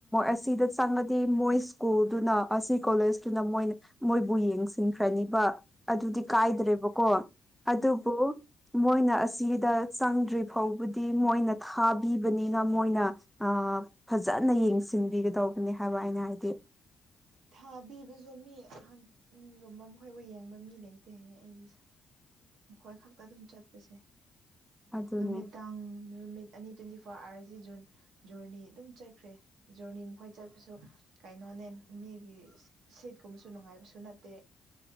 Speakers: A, in the centre; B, on the right (about 80°).
A: ꯑꯁꯤꯗ ꯆꯪꯉꯗꯤ ꯃꯣꯏ ꯁ꯭ꯀꯨꯜꯗꯨꯅ ꯑꯁꯤ ꯀꯣꯂꯦꯖꯇꯨꯅ ꯃꯣꯏꯅ ꯃꯣꯏꯕꯨ ꯌꯦꯡꯁꯤꯟꯈ꯭ꯔꯅꯤꯕ ꯑꯗꯨꯗꯤ ꯀꯥꯏꯗ꯭ꯔꯦꯕꯀꯣ
B: ꯎꯝ
A: ꯑꯗꯨꯕꯨ ꯃꯣꯏꯅ ꯑꯁꯤꯗ ꯆꯪꯗ꯭ꯔꯤ ꯐꯥꯎꯕꯗꯤ ꯃꯣꯏꯅ ꯊꯥꯕꯤꯕꯅꯤꯅ ꯃꯣꯏꯅ ꯑ ꯐꯖꯅ ꯌꯦꯡꯁꯤꯟꯕꯤꯒꯗꯧꯕꯅꯤ ꯍꯥꯏꯕ ꯑꯩꯅ ꯍꯥꯏꯗꯤ
B: ꯊꯥꯕꯤꯕꯁꯨ ꯃꯤ ꯑꯍꯟꯒꯨꯝꯕ ꯃꯈꯣꯏꯕꯨ ꯌꯦꯡꯕ ꯃꯤ ꯂꯩꯇꯦ ꯍꯥꯏꯌꯦ ꯑꯩꯗꯤꯁꯨ ꯃꯈꯣꯏ ꯈꯛꯇ ꯑꯗꯨꯝ ꯆꯠꯄꯁꯦ
A: ꯑꯗꯨꯅꯦ
B: ꯅꯨꯃꯤꯗꯥꯡ ꯅꯨꯃꯤꯠ ꯑꯅꯤ ꯇ꯭ꯋꯦꯟꯇꯤ ꯐꯣꯔ ꯑꯥꯋꯥꯔꯁꯁꯤ ꯖꯨꯟ ꯖꯔꯅꯤ ꯑꯗꯨꯝ ꯆꯠꯈ꯭ꯔꯦ ꯖꯣꯔꯔꯅꯤ ꯃꯈꯣꯏ ꯆꯠꯄꯁꯨ ꯀꯩꯅꯣ ꯃꯅ ꯃꯤꯒꯤ ꯁꯤꯠꯀꯨꯝꯕꯁꯨ ꯅꯨꯡꯉꯥꯏꯕꯁꯨ ꯅꯠꯇꯦ